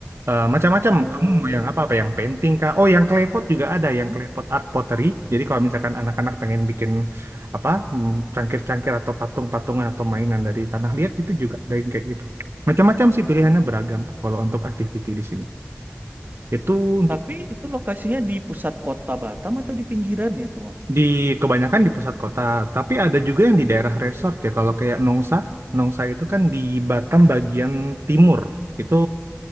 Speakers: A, on the right (about 65°); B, on the right (about 40°).
A: eh, macam-macam
B: Oh.
A: kamu mau yang apa apa yang painting kah oh yang klepot juga ada
B: Mhm.
A: yang klepot art pottery jadi kalau misalkan anak-anak pengen bikin apa hmm, cangkir-cangkir atau patung-patungan atau mainan dari tanah liat itu juga ada yang kayak gitu macam-macam sih pilihannya beragam kalau untuk activity di sini itu untuk
B: Tapi itu lokasinya di pusat kota Batam atau di pinggirannya tuh, Bang?
A: di kebanyakan di pusat kota tapi ada juga yang di daerah resort ya kalau kayak Nongsa Nongsa itu kan di Batam bagian timur itu